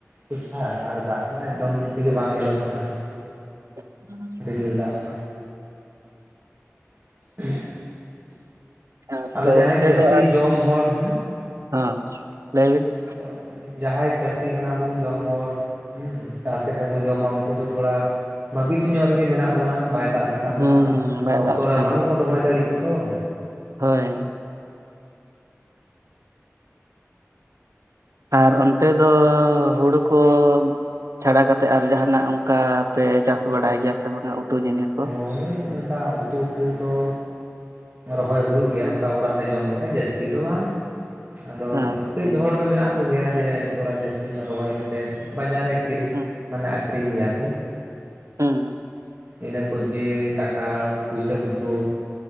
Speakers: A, on the right (about 30°); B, on the right (about 75°).
A: ᱴᱷᱤᱠ ᱴᱷᱟᱠ ᱟᱨ ᱫᱟᱜ ᱢᱟ ᱮᱠᱫᱚᱢ ᱛᱮᱜᱮ ᱵᱟᱝ ᱧᱮᱞᱚᱜ ᱠᱟᱱᱟ ᱦᱟᱸᱜ ᱾
B: <inaudible>
A: ᱨᱤᱢᱤᱞ ᱫᱟᱜ ᱢᱟ ᱾ <inaudible>
B: ᱦᱮᱸ
A: ᱟᱫᱚ
B: ᱛᱚ
A: ᱡᱟᱦᱟᱸᱭ
B: ᱚᱱᱛᱮ
A: ᱪᱟᱹᱥᱤ
B: ᱫᱚ ᱟᱨ
A: ᱡᱚᱢ ᱦᱚᱲ ᱦᱮᱸ
B: ᱦᱟᱸ ᱞᱟᱹᱭ ᱵᱤᱱ ᱾
A: ᱟᱫᱚ ᱡᱟᱦᱟᱸᱭ ᱪᱟᱹᱥᱤ ᱠᱟᱱᱟ ᱵᱚᱱ ᱡᱚᱢ ᱦᱚᱲ ᱦᱩᱸ ᱪᱟᱥ ᱠᱟᱛᱮᱫ ᱵᱚᱱ ᱡᱚᱢᱟ ᱚᱝ ᱠᱩ ᱫᱚ ᱛᱷᱚᱲᱟ ᱵᱷᱟᱵᱤᱛ ᱧᱚᱜ ᱨᱮᱜᱮ ᱢᱮᱱᱟᱜ ᱵᱚᱱᱟ ᱵᱟᱭ ᱫᱟᱜ ᱞᱮ ᱠᱷᱟᱱ
B: ᱦᱩᱸ
A: ᱫᱚ ᱦᱟᱸᱜ
B: ᱵᱟᱭ
A: ᱚᱠᱛᱚ
B: ᱫᱟᱜ ᱞᱮᱠᱷᱟᱱ
A: ᱨᱮ ᱵᱟᱝ ᱵᱚᱱ ᱨᱚᱦᱚᱭ ᱫᱟᱲᱮᱭᱟᱜᱼᱟ ᱛᱚ ᱾
B: ᱦᱳᱭ ᱾ ᱟᱨ ᱚᱱᱛᱮ ᱫᱚ ᱦᱩᱲᱩ ᱠᱚ ᱪᱷᱟᱲᱟ ᱠᱟᱛᱮᱜ ᱟᱨ ᱡᱟᱦᱟᱱᱟᱜ ᱚᱝᱠᱟ ᱯᱮ ᱪᱟᱥ ᱵᱟᱲᱟᱭ ᱜᱮᱭᱟ ᱥᱮ ᱵᱟᱝᱟ ᱩᱛᱩ ᱡᱤᱱᱤᱥ? ᱠᱚ
A: ᱦᱳᱭ ᱚᱝᱠᱟ ᱩᱛᱩ ᱠᱩᱫᱚ ᱨᱚᱦᱚᱭ ᱦᱩᱭᱩᱜ ᱜᱮᱭᱟ ᱚᱝᱠᱟ ᱚᱲᱟᱜ ᱨᱮ ᱡᱚᱢ ᱞᱮ ᱞᱮᱠᱟ ᱡᱟᱹᱥᱛᱤ ᱫᱚ ᱵᱟᱝ, ᱟᱫᱚ
B: ᱦᱮᱸ
A: ᱠᱟᱹᱡ ᱦᱚᱲ ᱫᱚ ᱢᱮᱱᱟᱜ ᱠᱚᱜᱮᱭᱟ ᱡᱮ ᱛᱷᱚᱲᱟ ᱡᱟᱹᱥᱛᱤ ᱧᱚᱜ ᱨᱚᱦᱚᱭ ᱠᱟᱛᱮᱫ ᱵᱟᱡᱟᱨ ᱨᱮ ᱠᱤᱨᱤᱧ
B: ᱦᱩᱸ
A: ᱢᱟᱱᱮ ᱟᱹᱠᱷᱨᱤᱧ ᱜᱮᱭᱟ ᱠᱚ ᱾
B: ᱦᱮᱸ ᱾
A: ᱤᱱᱟᱹ ᱠᱩᱡᱜᱮ ᱴᱟᱠᱟ ᱯᱩᱭᱥᱟᱹ ᱠᱩᱡᱠᱩ